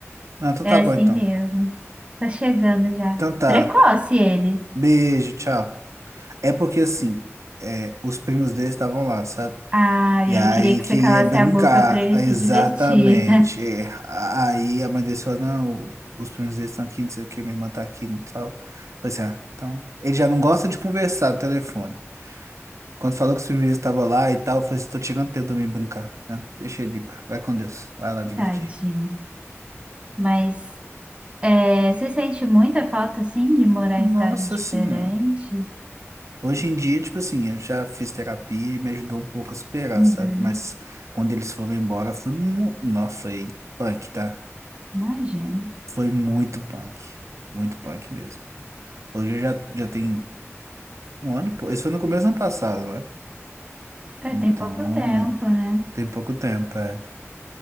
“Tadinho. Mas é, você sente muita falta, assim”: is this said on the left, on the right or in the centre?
Right